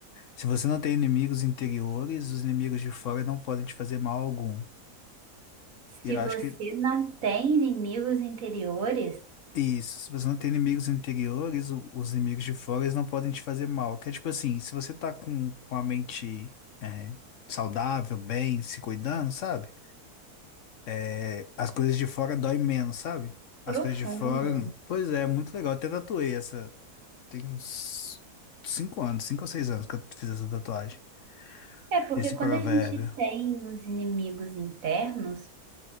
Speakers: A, on the left; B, on the right.
A: se você não tem inimigos interiores, os inimigos de fora não podem te fazer mal algum. E
B: Se
A: eu
B: você
A: acho que
B: não tem inimigos interiores,
A: isso, se você não tem inimigos interiores, o- os inimigos de fora eles não podem te fazer mal. Que é tipo assim, se você tá com, com a mente é, saudável, bem, se cuidando, sabe? É, as coisas de fora doem menos, sabe? As
B: profundo.
A: coisas de fora. Pois é, muito legal. Eu até tatuei essa. Tem uns cinco anos, cinco ou seis anos que eu fiz essa tatuagem.
B: É porque
A: Esse
B: quando
A: provérbio.
B: a gente tem os inimigos internos,